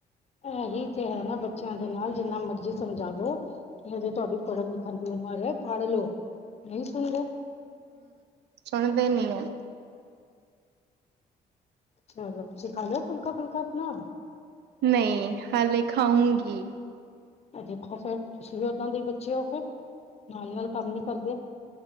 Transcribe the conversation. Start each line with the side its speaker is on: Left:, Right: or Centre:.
Left: ਇਹੀ ਤੇ ਹੈ ਨਾ ਬੱਚਿਆਂ ਦੇ ਨਾਲ ਜਿੰਨਾ ਮਰਜੀ ਸਮਝਾ ਲੋ ਕਿ ਹਜੇ ਤੁਹਾਡੀ ਪੜ੍ਹਨ ਲਿਖਣ ਦੀ ਉਮਰ ਹੈ ਪੜ ਲਓ ਨਹੀਂ ਸੁਣਦੇ
Right: ਸੁਣਦੇ ਨੀਂ
Left: ਚਲੋ ਤੁਸੀਂ ਖਾ ਲਿਆ ਫੁਲਕਾ ਫਲਕਾ ਆਪਣਾ
Right: ਨਹੀਂ ਹਾਲੇ ਖਾਊਂਗੀ।
Left: ਦੇਖੋ ਫੇਰ ਤੁਸੀਂ ਵੀ ਓਦਾਂ ਦੀ ਬੱਚੇ ਹੋ ਫਿਰ ਨਾਲ-ਨਾਲ ਕੰਮ ਨੀ ਕਰਦੇ